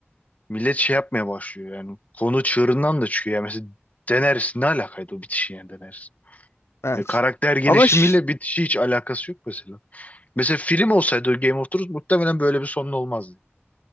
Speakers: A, on the left (about 35°); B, on the left (about 85°).
A: millet şey yapmaya başlıyor yani. Konu çığırından da çıkıyor. Yani mesela Daenerys ne alakaydı o bitişi yani Daenerys?
B: evet.
A: Ya karakter gelişimiyle
B: Ama ş-
A: bitişi hiç alakası yok mesela. Mesela film olsaydı Game of Thrones muhtemelen böyle bir sonun olmazdı.